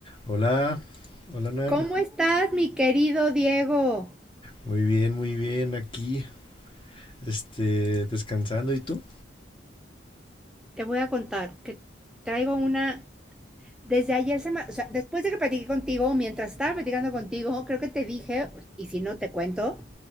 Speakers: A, on the left; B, in the centre.
A: Hola, hola Nan.
B: ¿Cómo estás, mi querido Diego?
A: Muy bien, muy bien, aquí, este, descansando. ¿Y tú?
B: Te voy a contar que traigo una... Desde ayer, se me- o sea, después de que platiqué contigo, mientras estaba platicando contigo, creo que te dije, y si no te cuento,